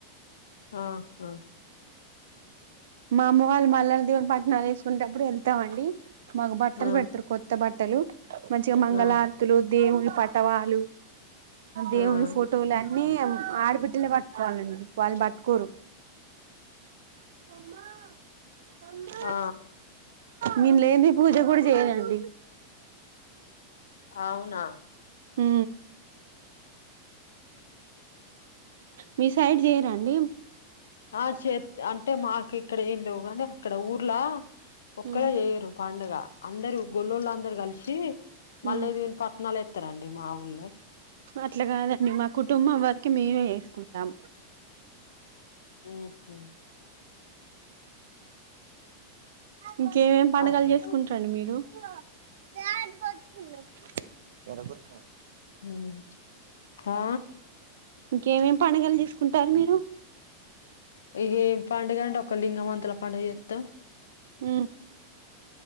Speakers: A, on the left; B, on the right.
A: ఆ హ
B: మా అమ్మ వాళ్ళు మల్లనా దేవూని పట్నాలు వేసుకునేటప్పుడు వెళ్తామండి మాకు బట్టలు
A: ఆ
B: పెడతారు కొత్త బట్టలు మంచిగా మంగళారతులు
A: ఆ
B: దేవుడి పటవాలు దేవుని
A: ఆ
B: ఫోటోలు అన్ని ఆడబిడ్డలే పట్టుకోవాలండి వాళ్ళు పట్టుకోరు అమ్మా అ
A: ఆ
B: నేను లేనిది పూజ కూడా చేయ్యారండి
A: అవునా
B: హ మీ సైడ్ చేయరా అండి
A: ఆ చే అంటే మాకు ఇక్కడ ఏం లేవు కాని అక్కడ ఊర్లా ఒక్కడే
B: ఉమ్
A: చేయరు పండగ అందరు గొల్ల్లోళ్ళ అందరు కలిసి మల్లయ్య
B: ఉమ్
A: దేవుడు పట్నాల వేస్తారండి మా ఊళ్ళ
B: అట్లా కాదండి మా కుటుంబం వరికి మేమే చేసుకుంటాం
A: ఉహు
B: ఇంకేమేం పండుగలు
A: అట్లా
B: చేసుకుంటరండి మీరు? డాడీ కొనుక్కుందాం
A: ఉమ్ హా
B: ఇంకేమేమి పండుగలు చేసుకుంటారు మీరు?
A: ఇగేం పండుగ ఒక్కలింగ మంతల పండుగ చెత్తం
B: ఉమ్